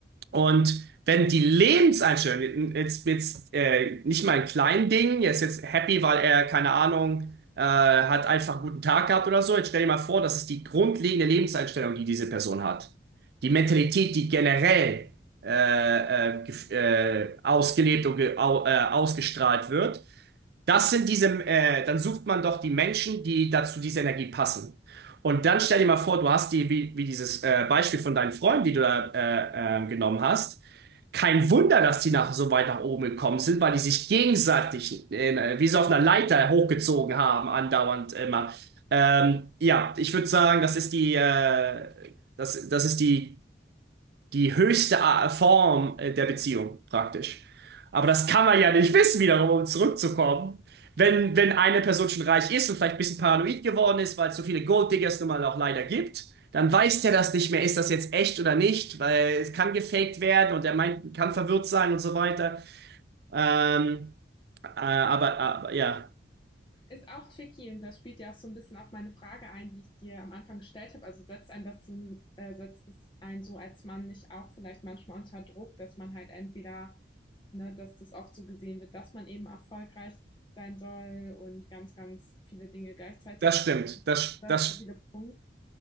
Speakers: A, on the right; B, on the left.
A: Und wenn die Lebenseinstellung, jetzt, jetzt äh, nicht mal ein klein Ding, er ist jetzt happy, weil er, keine Ahnung, äh, hat einfach einen guten Tag gehabt oder so. Jetzt stell dir mal vor, das ist die grundlegende Lebenseinstellung, die diese Person hat. Die Mentalität, die generell äh, äh, gef- äh, ausgelebt und ge au äh, ausgestrahlt wird. Das sind diese, äh, dann sucht man doch die Menschen, die dazu diese Energie passen. Und dann stell dir mal vor, du hast die, wie, wie dieses äh, Beispiel von deinen Freunden, die du da äh, äh, genommen hast. Kein Wunder, dass die nach, so weit nach oben gekommen sind, weil die sich gegenseitig äh, wie so auf einer Leiter hochgezogen haben, andauernd immer. Ähm, ja, ich würde sagen, das ist die, äh, das, das ist die die höchste A- Form äh, der Beziehung praktisch. Aber das kann man ja nicht wissen, wiederum, um zurückzukommen. Wenn, wenn eine Person schon reich ist und vielleicht ein bisschen paranoid geworden ist, weil es so viele Golddiggers nun mal auch leider gibt, dann weiß der das nicht mehr, ist das jetzt echt oder nicht, weil es kann gefaked werden und der meint, kann verwirrt sein und so weiter. Ähm, äh, aber, aber ja,
B: Ist auch tricky und das spielt ja auch so ein bisschen auf meine Frage ein, die ich dir am Anfang gestellt habe. Also setzt einen das so, äh, setzt es einen so als Mann nicht auch vielleicht manchmal unter Druck, dass man halt entweder, ne, dass das oft so gesehen wird, dass man eben erfolgreich sein soll und ganz, ganz viele Dinge gleichzeitig.
A: das stimmt. Das,
B: Ganz
A: das,
B: stabile Punkt.